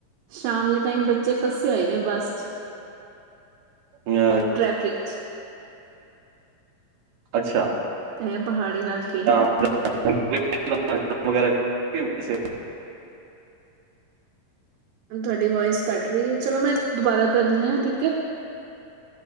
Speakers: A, on the right; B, on the right.
A: ਸ਼ਾਮ ਦੇ ਟਾਈਮ ਬੱਚੇ ਫਸੇ ਹੋਏ ਨੇ ਬੱਸ ਚ।
B: ਅ
A: ਟ੍ਰੈਫਿਕ ਚ
B: ਅੱਛਾ।
A: ਇਹ ਪਹਾੜੀ ਇਲਾਕੇ।
B: <unintelligible>
A: ਤੁਹਾਡੀ ਵਾਇਸ ਘੱਟ ਰਹੀ ਹੈ ਚਲੋ ਮੈਂ ਦੁਬਾਰਾ ਕਰਨੀ ਆ ਠੀਕ ਹੈ।